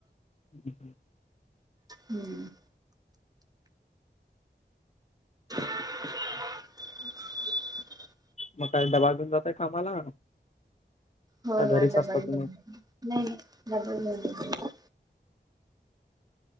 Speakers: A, on the left; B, on the right.
A: हं <unintelligible>
B: हम्म <unintelligible> <inaudible>
A: मग काय डबा घेऊन जाताय कामाला
B: होय
A: का घरीच
B: होय डबा
A: असता
B: घेऊन
A: तुम्ही?
B: जातोय <inaudible> नाही डबा